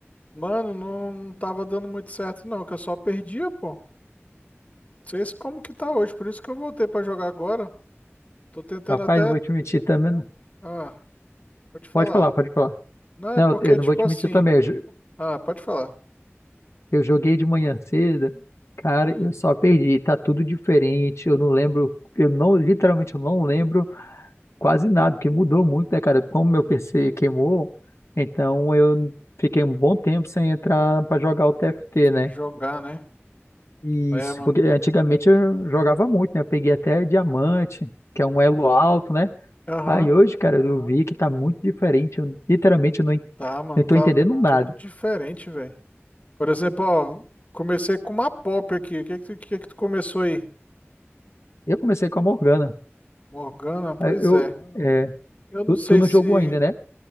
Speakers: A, on the left; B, on the left.
A: mano, não, não tava dando muito certo, não, que eu só perdia, pô. Sei se como que tá hoje, por isso que eu voltei pra jogar agora. Tô tentando
B: Rapaz,
A: até.
B: não vou te mentir também. não-
A: Ah, pode falar.
B: Pode falar, pode falar.
A: Não,
B: Não,
A: é porque,
B: eu eu não
A: tipo
B: vou te
A: assim.
B: mentir também. Eu, jo-
A: Ah, pode falar.
B: eu joguei de manhã cedo, cara,
A: Hum,
B: eu só perdi. Tá tudo diferente. Eu não lembro, eu não, literalmente, eu não lembro quase nada, porque mudou muito, né, cara? Como meu PC queimou, então eu fiquei um bom tempo sem entrar pra jogar o TFT,
A: sem
B: né?
A: jogar, né?
B: Isso,
A: É, mano.
B: porque antigamente eu jogava muito, né? Eu peguei até diamante, que é um elo alto, né?
A: Aham,
B: Aí hoje, cara, eu vi que tá muito diferente. Eu literalmente eu não, en-
A: tá, mano.
B: não
A: Tá
B: tô entendendo nada.
A: tudo diferente, velho. Por exemplo, ó, comecei com uma pop aqui. O que que tu, que que tu começou aí?
B: Eu comecei com a Morgana.
A: Morgana? Pois
B: Aí eu,
A: é.
B: é,
A: Eu não
B: tu,
A: sei
B: tu não
A: se.
B: jogou ainda, né?